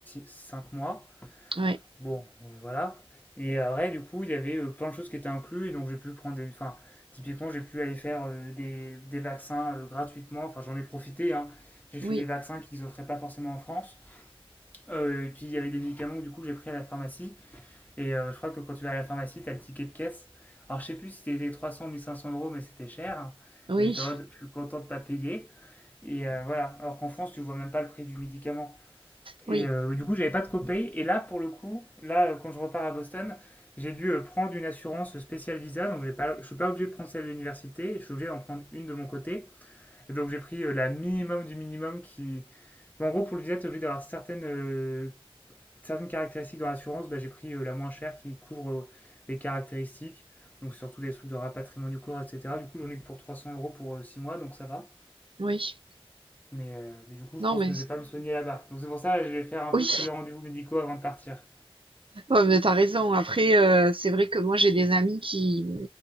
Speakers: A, on the left; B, on the right.
A: 5 mois.
B: Ouais.
A: Bon, voilà. Et après, du coup, il y avait euh, plein de choses qui étaient incluses, et donc j'ai pu prendre des. Enfin, typiquement, j'ai pu aller faire euh, des, des vaccins euh, gratuitement. Enfin, j'en ai profité, hein. J'ai
B: Oui.
A: fait des vaccins qu'ils offraient pas forcément en France. Euh, et puis, il y avait des médicaments que, du coup, j'ai pris à la pharmacie. Et euh, je crois que quand tu vas à la pharmacie, t'as le ticket de caisse. Alors, je sais plus si c'était 300 ou 1500 euros, mais c'était cher.
B: Oui.
A: Et j'étais en mode, je suis content de pas payer. Et euh, voilà. Alors qu'en France, tu vois même pas le prix du médicament.
B: Oui.
A: Et euh, du coup, j'avais pas de copay. Et là, pour le coup, là, euh, quand je repars à Boston, j'ai dû euh, prendre une assurance spéciale visa. Donc, j'ai pas, je suis pas obligé de prendre celle de l'université. Je suis obligé d'en prendre une de mon côté. Et donc, j'ai pris euh, la minimum du minimum qui. En gros, pour le visa, tu es obligé d'avoir certaines euh, certaines caractéristiques dans l'assurance, bah, j'ai pris euh, la moins chère qui couvre euh, les caractéristiques, donc surtout des trucs de rapatriement du corps, etc. Du coup, j'en ai pour 300 euros pour euh, 6 mois, donc ça va.
B: Oui.
A: Mais, euh, mais du coup,
B: Non
A: je pense
B: mais
A: que je vais pas me soigner là-bas. Donc c'est pour ça que je vais faire un
B: oui.
A: peu tous les rendez-vous médicaux avant de partir.
B: Ouais, mais t'as raison. Après, euh, c'est vrai que moi, j'ai des amis qui,